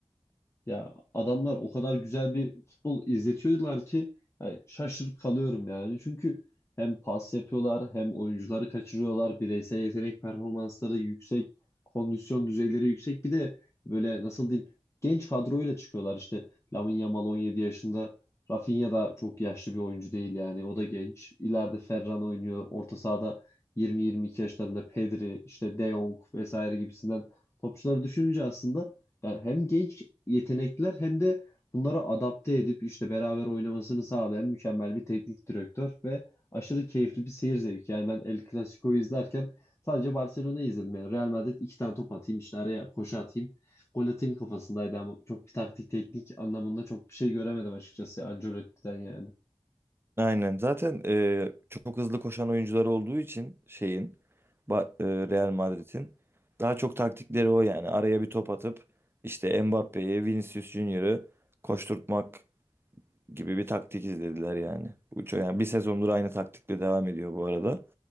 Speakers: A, on the left; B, on the right.
A: Ya adamlar o kadar güzel bir futbol izletiyorlar ki yani şaşırıp kalıyorum yani. Çünkü hem pas yapıyorlar hem oyuncuları kaçırıyorlar. Bireysel yetenek performansları yüksek, kondisyon düzeyleri yüksek. Bir de böyle nasıl diyeyim genç kadroyla çıkıyorlar. İşte Lamine Yamal 17 yaşında. Rafinha da çok yaşlı bir oyuncu değil yani. O da genç. İleride Ferran oynuyor. Orta sahada 20-22 yaşlarında Pedri, işte De Jong vesaire gibisinden topçuları düşününce aslında yani hem genç yetenekler hem de bunlara adapte edip işte beraber oynamasını sağlayan mükemmel bir teknik direktör ve aşırı keyifli bir seyir zevki. Yani ben El Clasico'yu izlerken sadece Barcelona'yı izledim. Yani Real Madrid iki tane top atayım işte araya koşu atayım. Gol atayım kafasındaydı ama çok bir taktik teknik anlamında çok bir şey göremedim açıkçası Ancelotti'den yani.
B: Aynen. Zaten e, çok hızlı koşan oyuncular olduğu için şeyin Ba- e, Real Madrid'in daha çok taktikleri o yani. Araya bir top atıp işte Mbappe'yi, Vinicius Junior'ı koşturtmak gibi bir taktik izlediler yani. Uço yani bir sezondur aynı taktikle devam ediyor bu arada.